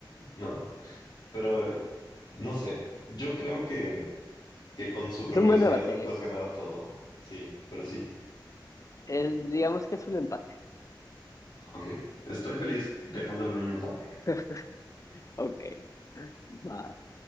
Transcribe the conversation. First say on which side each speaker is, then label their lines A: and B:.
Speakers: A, on the left; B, on the left.
A: No, pero eh, no sé. Yo creo que, que con super
B: Es un
A: velocidad
B: buen debate,
A: le puedes ganar a todo. Sí, pero sí.
B: es- digamos que es un empate.
A: Ok, estoy feliz dejándolo en un empate.
B: <laughs> Ok, va,